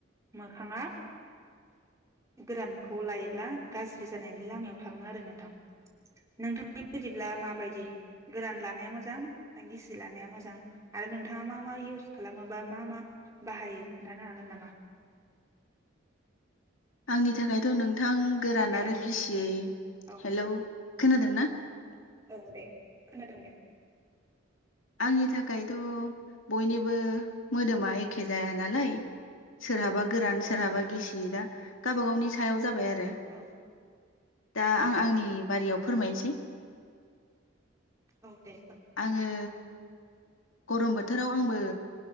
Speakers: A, on the right (about 15°); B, on the left (about 80°).
A: मोखाङा गोरानखौ लायोब्ला गाज्रि जानायनि लामायाव थाङो आरो नोंथां। नोंथांनि बायदिब्ला माबायदि गोरान लानाया मोजां ना गिसि लानाया मोजां आरो नोंथाङा मा मा इउस खालामो बा मा मा बाहायो खोन्थानो हागोन नामा?
B: आंनि थाखायथ' नोंथां गोरान
A: हेल'
B: आरो
A: औ
B: गिसियै,
A: औ
B: हेलौ खोनादोंना?
A: औ दे खोनादों दे
B: आंनि थाखायथ' बयनिबो मोदोमा
A: औ
B: एखे जाया नालाय। सोरनाबा गोरान
A: औ
B: सोरहाबा गिसियो दा गाबा गावनि सायाव जाबाय आरो
A: औ
B: दा
A: औ
B: आं आंनि
A: औ
B: बारियाव फोरमायनोसै। <inaudible>
A: औ दे फोर
B: आङो। गरम बोथोराव आंबो।